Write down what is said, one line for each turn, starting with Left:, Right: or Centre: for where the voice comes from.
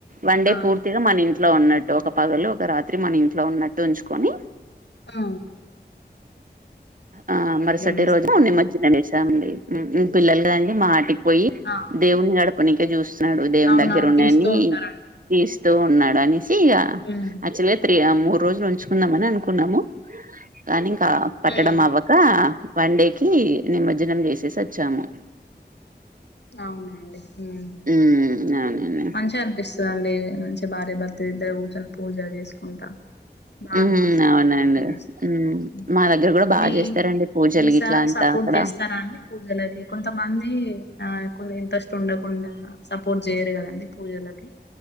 Right: వండే
Left: ఆహా
Right: పూర్తిగా మని ఇన్ ఇంట్లో ఉన్నట్టు ఒక పగలు ఒక రాత్రి మన ఇంట్లో ఉన్నట్టు ఉంచుకొని
Left: ఆ
Right: ఆ మరుసటి
Left: చేస్తారు
Right: రోజు నిమర్జనం చె అండి <inaudible> పిల్లలుగాండి మాటికి పోయి
Left: అవును
Right: దేవుని గడపని <inaudible> స్తున్నాడు దేవుని
Left: అవునవును
Right: దగ్గర ఉన్నాని
Left: తీస్తూ ఉంటారండి
Right: తీ తు ఉన్నాడనిస్ ఇగ
Left: ఉమ్
Right: యాక్టుల్ల్య్ త్రి మూడు రోజులు ఉంచుకుందామని అనుకున్నాము కానీ ఇంకా పట్టడం
Left: ఉమ్
Right: అవ్వక వన్ డేకి నిమర్జనం చేసేసి వచ్చాము
Left: అవునండి హ్మ్
Right: ఉమ్ అవునండి
Left: మంచిగా అనిపిస్తుంది అవునండి మంచిగా భార్యభర్త ఇద్దరు కూర్చొని పూజ చేసుకుంటా బా
Right: హ్మ్.
Left: అనిపిస్తది
Right: అవునండి.
Left: పూజ చేసినంక
Right: హ్మ్. మా దగ్గర గూడా బా
Left: మీ
Right: జేస్తారండి పూజలు
Left: మీసార్
Right: గిట్లా అంతా
Left: సపోర్ట్
Right: అక్కడ.
Left: చేస్తారా అండి పూజలకి కొంతమంది ఆ కొన్ని ఇంట్రెస్ట్ ఉండకుండా సపోర్ట్ చేయరు కదండి పూజలకి